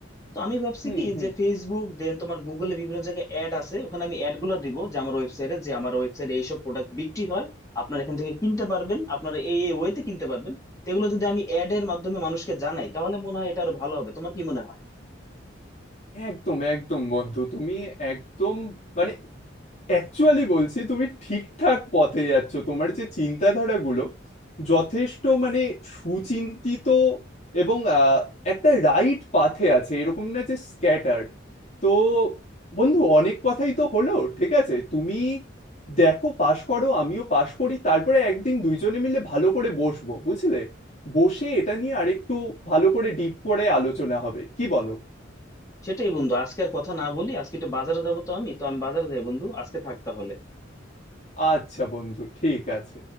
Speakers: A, on the left; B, on the left.
A: তো আমি ভাবছি
B: হুম
A: কি
B: হুম
A: যে ফেসবুক দেন তোমার গুগলে বিভিন্ন জায়গায় অ্যাড আছে ওখানে আমি অ্যাড গুলো দিব যে আমার ওয়েবসাইটে যে আমার ওয়েবসাইটে এইসব প্রোডাক্ট বিক্রি হয় আপনারা এখান থেকে কিনতে পারবেন আপনারা এই এই ওয়েতে কিনতে পারবেন তো এগুলো যদি আমি অ্যাড এর মাধ্যমে মানুষকে জানাই তাহলে মনে হয় এটা আরো ভালো হবে তোমার কি মনে হয়
B: একদম একদম বন্ধু তুমি একদম মানে অ্যাকচুয়ালি বলছি তুমি ঠিকঠাক পথে যাচ্ছ তোমার যে চিন্তাধারাগুলো যথেষ্ট মানে সুচিন্তিত এবং আহ, একটা রাইট পাথে আছে এরকম না যে স্ক্যাটার্ড তো বন্ধু অনেক কথাই তো হলো ঠিক আছে তুমি দেখো পাশ করো আমিও পাশ করি তারপরে একদিন দুইজনে মিলে ভালো করে বসবো বুঝলে বসে এটা নিয়ে আরেকটু ভালো করে ডিপ করে আলোচনা হবে কি বলো
A: সেটাই বন্ধু আজকে আর কথা না বলি আজকে একটু বাজারে যাবো তো আমি তো আমি বাজারে যাই বন্ধু আজকে থাক তাহলে
B: আচ্ছা বন্ধু ঠিক আছে